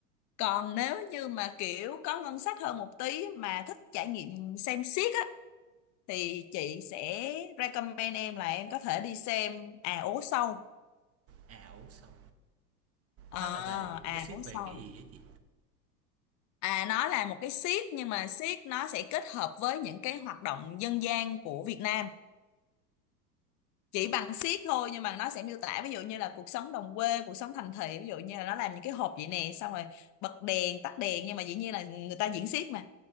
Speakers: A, on the left (about 35°); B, on the right (about 30°).
A: còn nếu như mà kiểu có ngân sách hơn một tí mà thích trải nghiệm xem xiếc á thì chị sẽ recommend em là em có thể đi xem à ố sâu
B: ảo ủ sao
A: ờ
B: nó là về
A: à
B: nó xét
A: ố
B: về
A: sâu
B: cái gì á chị?
A: à nó là một cái xiếc nhưng mà xiếc nó sẽ kết hợp với những cái hoạt động dân gian của Việt Nam chỉ bằng siết thôi nhưng mà nó sẽ miêu tả ví dụ như là cuộc sống đồng quê cuộc sống thành thị ví dụ như là nó làm những cái hộp vậy nè xong rồi bật đèn tắt đèn nhưng mà dĩ nhiên là người ta diễn xiếc mà